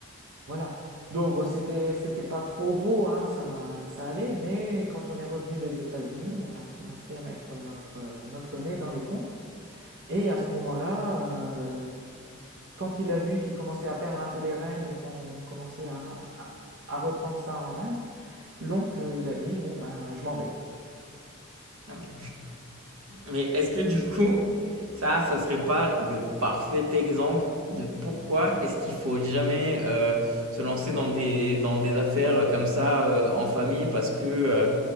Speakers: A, on the right (about 55°); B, on the right (about 75°).
A: Voilà. Donc, bon, c'était, c'était pas trop gros, hein, ça, ça allait, mais quand on est revenu des États-Unis, on a commencé à mettre notre, notre nez dans les comptes. Et à ce moment-là, euh, quand il a vu qu'il commençait à perdre un peu les rênes et qu'on commençait à, à- à reprendre ça en main, l'oncle, il a dit, bon, ben, je m'en vais.
B: Ah ouais. Mais est-ce que du coup, ça, ça serait pas le parfait exemple de pourquoi est-ce qu'il faut jamais euh, se lancer dans des, dans des affaires comme ça euh, en famille parce que euh,